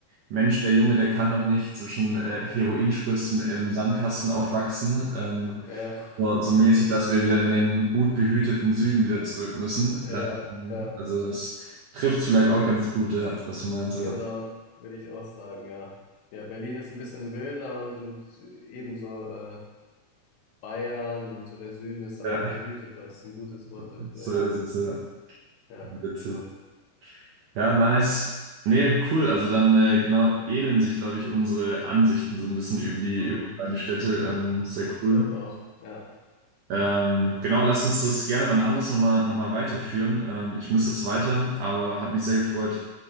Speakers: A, on the right; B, on the left.
A: Mensch, der Junge, der kann doch nicht zwischen äh, Heroinspritzen im Sandkasten aufwachsen. Ähm,
B: ja.
A: so, so
B: <laughs>
A: mäßig, dass wir wieder in den gut behüteten Süden wieder zurück müssen.
B: Ja,
A: Ähm,
B: ja.
A: also das trifft vielleicht auch ganz gut, ja, was du meinst.
B: Genau,
A: Ja.
B: würde ich auch sagen, ja. Ja, Berlin ist ein bisschen wilder und im, Sü- ebenso äh, Bayern und so der Süden ist einfach
A: Ja,
B: behüteter. ist ein gutes
A: <laughs>
B: Wort dafür,
A: so
B: ja.
A: ist es, ja.
B: Ja,
A: Witzig.
B: genau.
A: Ja, nice. Nee, cool. Also dann äh, genau ähneln sich, glaube ich, unsere Ansichten so ein bisschen über die,
B: Hm,
A: über die beiden Städte. Ähm, sehr
B: ich
A: cool.
B: glaube auch, ja.
A: Ähm, genau, lass uns das gerne wann anders nochmal noch mal noch mal weiterführen. Ähm, ich müsste jetzt weiter, aber hat mich sehr gefreut.